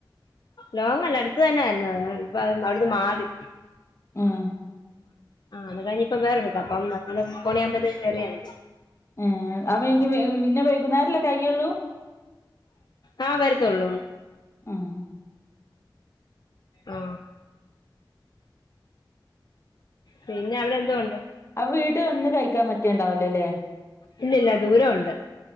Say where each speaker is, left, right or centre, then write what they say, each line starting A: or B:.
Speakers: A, on the left; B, on the left.
A: ലോങ്ങല്ല അടുത്ത തന്നൊയിരുന്നു ഇപ്പ അവിടുന്ന് മാറി
B: ആഹ്
A: ആ അത് കഴിഞ്ഞു ഇപ്പ വേറൊരു അപ്പം നമ്മൾ ഒമ്പത് മണിയാവുമ്പതേക്കും കേറിയമതി -
B: ഏ അവൻ ഇനി പിന്നെ വൈകുന്നേരല്ലേ കൈയ്യുള്ളു
A: ആഹ് വരത്തുള്ളൂ
B: ആഹ്
A: ആ പിന്നെ അവിടെ എന്തോ ഉണ്ട്
B: ആ വീട് വന്ന് കഴിക്കാൻ പറ്റിയണ്ടാവിലല്ലേ
A: ഇല്ലല്ല ദൂരം ഉണ്ട്